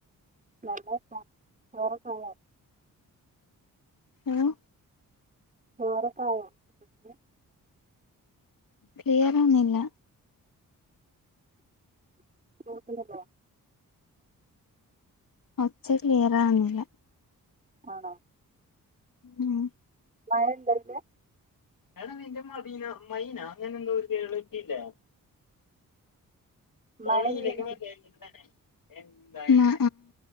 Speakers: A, on the right; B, on the left.
A: നല്ല <unintelligible> ചോറൊക്കായോ?
B: ഏഹ്
A: ചോറൊക്കായോ? <inaudible>
B: ക്ലിയറൊന്നില്ല
A: കേക്കുന്നുണ്ടോ
B: ഒച്ച ക്ലിയർ ആവുന്നില്ല
A: ആണോ
B: ഉം
A: <unintelligible>
B: എടാ നിന്റെ മദീന മൈന അങ്ങനെ എന്തോ ഒരു കേള് <unintelligible>
A: മഴ
B: ഓള്
A: പെയ്യുന്നുണ്ടോ
B: ഇതിലേക്ക് വരാനിരുന്നാണ് ആഹ്